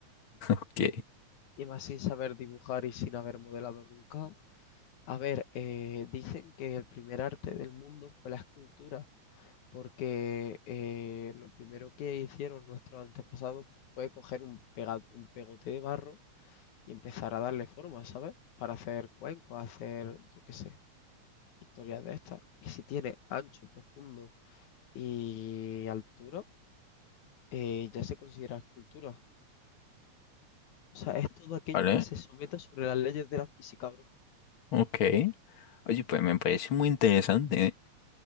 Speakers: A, on the left (about 50°); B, on the left (about 80°).
A: Ok,
B: Y más sin saber dibujar y sin haber modelado nunca. A ver, eh, dicen que el primer arte del mundo fue la escultura porque eh, lo primero que hicieron nuestros antepasados fue coger un, pega- un pegote de barro y empezar a darle forma, ¿sabes? Para hacer cuencos, hacer, yo qué sé, historias de estas. Y si tiene ancho, profundo y altura, eh, ya se considera escultura. O sea, es todo aquello
A: ¿vale?
B: que se someta sobre las leyes de la física, bro.
A: Ok. Oye, pues me parece muy interesante. ¿eh?